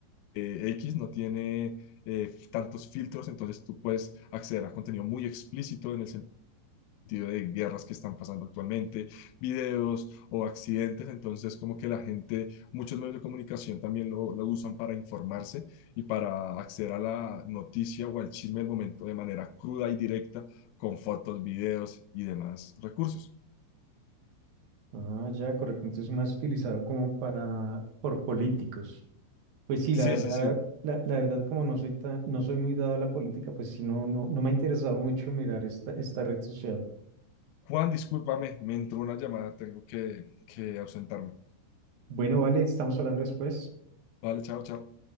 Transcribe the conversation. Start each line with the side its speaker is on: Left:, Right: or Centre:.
Left: eh, X, no tiene eh, tantos filtros, entonces tú puedes acceder a contenido muy explícito en el sentido de guerras que están pasando actualmente, videos o accidentes, entonces como que la gente, muchos medios de comunicación también lo, lo usan para informarse y para acceder a la noticia o al chisme del momento de manera cruda y directa con fotos, videos y demás recursos.
Right: Ah, ya, correcto. Entonces, más utilizado como para, por políticos. Pues sí,
Left: Sí,
Right: la verdad,
Left: sí, sí.
Right: la, la verdad, como no soy tan, no soy muy dado a la política, pues sí, no, no, no me ha interesado mucho mirar esta, esta red social.
Left: Juan, discúlpame, me entró una llamada, tengo que, que ausentarme.
Right: Bueno, vale, estamos hablando después.
Left: Vale, chao, chao.